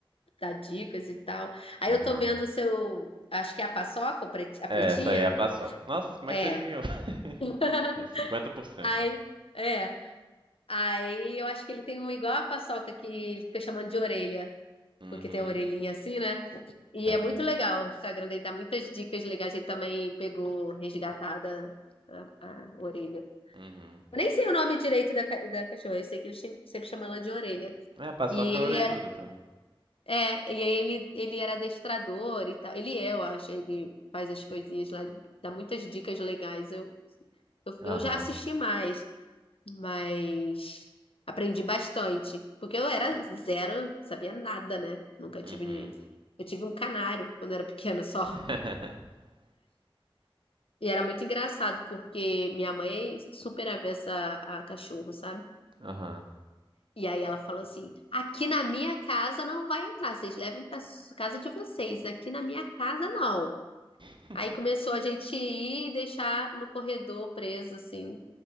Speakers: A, on the left; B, on the right.
A: dar dicas e tal. Aí
B: Aham.
A: eu tô vendo o seu, acho que é a paçoca, o preti- a
B: É,
A: pretinha?
B: essa aí é a paçoca. Nossa, como
A: É.
B: é que você adivinhou? <laughs>
A: <laughs>
B: É 50%.
A: Aí,
B: né?
A: é. Aí eu acho que ele tem um igual a paçoca que ele fica chamando de orelha,
B: Uhum.
A: porque tem a orelhinha assim, né? E
B: É.
A: é muito legal. O Instagram dele dá muitas dicas legais. Ele também pegou resgatada a, a orelha.
B: Uhum.
A: Eu nem sei o nome direito da, ca- da cachorra, eu sei que ele che- sempre chama ela de orelha.
B: É, a paçoca
A: E ele
B: é orelhuda
A: era
B: também.
A: É, e aí ele, ele era adestrador e tal. Ele é, eu acho, ele faz as coisinhas lá, dá muitas dicas legais. Eu, eu,
B: Aham.
A: eu já assisti mais, mas aprendi bastante, porque eu era zero, sabia nada, né? Nunca tive.
B: Uhum.
A: Eu tive um canário quando era pequena só.
B: <laughs>
A: E era muito engraçado, porque minha mãe é super avessa a a cachorro, sabe?
B: Aham.
A: E aí ela falou assim: aqui na minha casa não vai entrar, vocês levam pra casa de vocês, aqui na minha casa não.
B: <laughs>
A: Aí começou a gente ir e deixar no corredor preso, assim.